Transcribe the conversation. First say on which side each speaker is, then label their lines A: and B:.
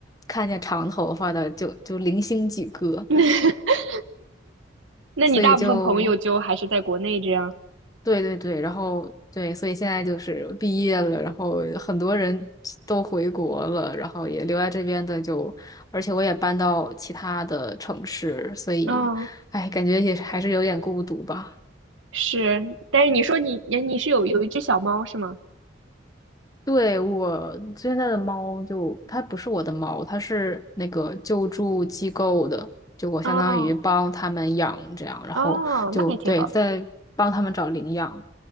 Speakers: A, on the left (about 20°); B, on the right (about 85°).
A: 看见长头发的就就零星几个，
B: <laughs> 那你大部分朋友就还是在国内这样。
A: 所以就对对对，然后对，所以现在就是毕业了，然后很多人都回国了，然后也留在这边的就，而且我也搬到其他的城市，所以，
B: 嗯。
A: 哎，感觉也是还是有点孤独吧。
B: 是，但是你说你你你是有有一只小猫是吗？
A: 对，我现在的猫就，它不是我的猫，它是那个救助机构的，就我相当于帮他们养这样，
B: 哦
A: 然后就对，
B: 哦，那还挺好。
A: 在帮他们找领养。